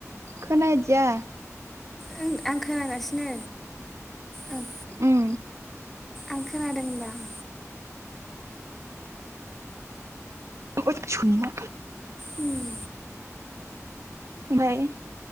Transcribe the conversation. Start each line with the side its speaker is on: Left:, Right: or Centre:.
Right: खोनादिया।
Centre: ओं आं खोनागासिनो ओं।
Right: उम
Centre: आं खोनादों होनदां।
Right: होद सैमा।
Centre: उम
Right: ओमफ्राय